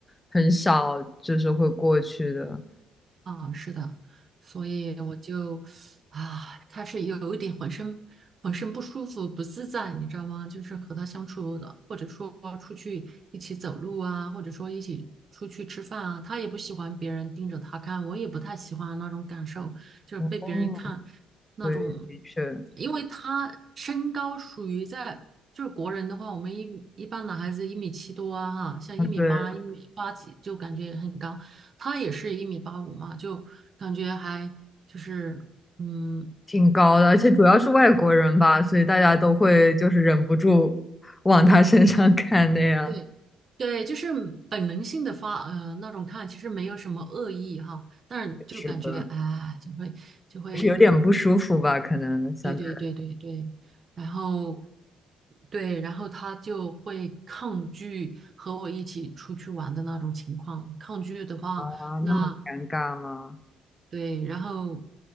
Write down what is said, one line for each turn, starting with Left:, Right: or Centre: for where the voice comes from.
Left: 很少，就是会过去的。
Right: 啊，是的，所以我就啊，开始有一点浑身浑身不舒服、不自在，你知道吗？就是和他相处的，或者说出去一起走路啊，或者说一起出去吃饭啊，他也不喜欢别人盯着他看，我也不太喜欢那种感受，就是被别人看。
Left: 哦，
Right: 那种，
Left: 对，的确，
Right: 因为他身高属于在就是国人的话，我们一一般男孩子一米七多啊，哈，像一米八、
Left: 嗯，对，
Right: 一米八几就感觉很高，他也是一米八五嘛，就感觉还就是嗯，
Left: 挺高的，而且主要是外国人吧，所以大家都会就是忍不住往他身上看那样。
Right: 对对，就是本能性的发呃那种看，其实没有什么恶意哈，但是就感觉啊，
Left: <laughs> 是的，
Right: 就会就会
Left: 是有点不舒服吧？可能想着，
Right: 对对对对对，然后对，然后他就会抗拒和我一起出去玩的那种情况。抗拒的话，
Left: 哇，
Right: 那
Left: 那么尴尬吗？
Right: 对，然后